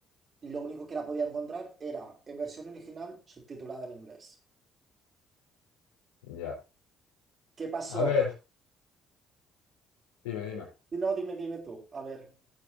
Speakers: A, on the right (about 35°); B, on the left (about 70°).
A: lo único que la podía encontrar era en versión original subtitulada en inglés.
B: ya.
A: ¿Qué pasó?
B: A ver, dime, dime.
A: Y No, dime, dime tú. A ver,